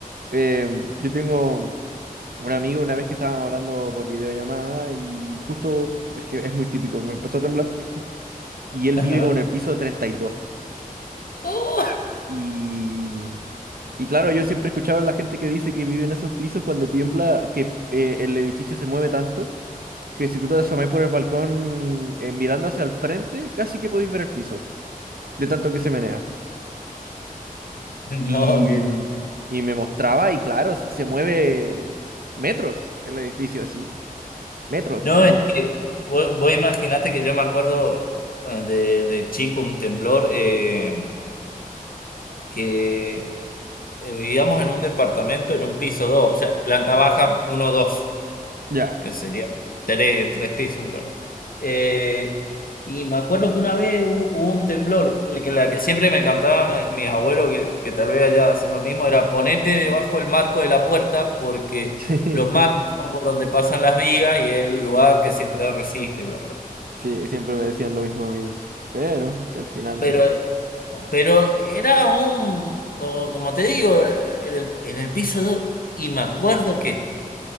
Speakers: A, on the right; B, on the left.
A: eh, yo tengo un amigo una vez que estábamos hablando por videollamada y justo, es que es muy típico, me empezó a temblar y él
B: Ajá.
A: vive como en el piso treinta y dos
B: <laughs> ¡Oh!
A: Y, y claro, yo siempre he escuchado a la gente que dice que vive en esos pisos cuando tiembla, que eh, el edificio se mueve tanto que si tú te asomás por el balcón eh, mirando hacia el frente, casi que podéis ver el piso, de tanto que se menea.
B: No,
A: Y,
B: que no.
A: y me mostraba, y claro, si se mueve metros el edificio así, metros.
B: No,
A: ¿no?
B: es que vos, vos imaginate que yo me acuerdo bueno, de, de chico un temblor eh, que eh, vivíamos en un departamento en un piso dos, o sea, planta baja uno, dos,
A: Ya.
B: que sería tres, tres pisos en realidad. Eh, y me acuerdo que una vez hu- hubo un temblor, el que la que siempre me cantaban eh, mis abuelos, que, que tal vez allá hacen lo mismo, era ponete debajo del marco de la puerta porque
A: <laughs>
B: los marcos son por donde pasan las vigas y es el lugar que siempre resiste, bla, bla.
A: Sí, sí, siempre me decían lo mismo a mí, pero que al final
B: Pero
A: lo...
B: eh, pero era un, como, como te digo, eh, en el, en el piso 2 y me acuerdo que